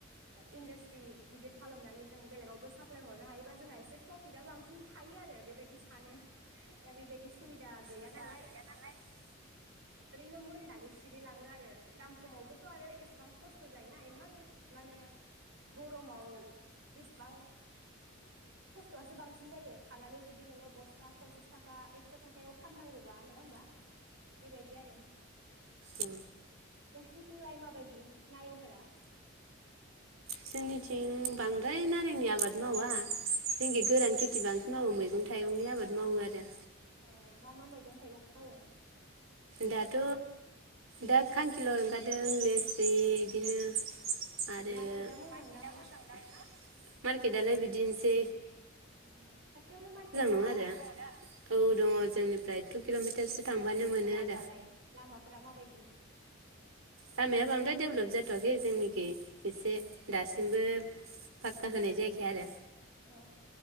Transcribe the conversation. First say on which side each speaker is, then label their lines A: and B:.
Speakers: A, on the right; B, on the right.
A: इन्डास्ट्रि गिदिर खालामनानै जों बेलेगावबो साप्लाय हरनो हायोबा जोंहा एसे प्रफिटआ बांसिन थायो आरो बेबायदि सानो दा बेबायदि सुबिदा गैया
B: औ
A: नालाय ओरैनो नानै सिरिलाङो आरो दाम खमावबोथ' आरो एसेबां खस खस्थ' जायोना इमान माने गरमाव बेसेबां खस्थ'आसो बांसिन जायो खानानै जुदि नोङो बसथा पनसास थाखा एकस' थाखायाव फाननांगौबा नङा होमबा बेबायदि आरो।
B: औ।
A: नोंसिनिथिंलाय माबायदि? नारेंफोरा
B: जोंनिथिं बांद्राय नारेंनि आबाद मावा जोंखि गोरान खेथि बांसिन मावो मैगं थाइगंनि आबाद मावो आरो।
A: अ मा मा मैगं थाइगं मावो?
B: दाथ' दा खांखिल' ओंखारदों लेस्रि बिदिनो आरो
A: मार्केटआ मोजांदां
B: मार्केटदा मोजां ना नोंना मार्केटदालाय बिदिनोस सै
A: <inaudible> खाथियावनो मार्केट दङ
B: नङा
A: दा?
B: आरो औ दङ जोंनिफ्राय टु किलमिटारसो थांबानो मोनो आरो।
A: फोरालाय लामाफोरा मा बायदि
B: लामाया बांद्राय देभेलप जाया जाथ'आखै जोंनिखै एसे दासिमबो पकका जानाय जायाखै आरो।
A: अ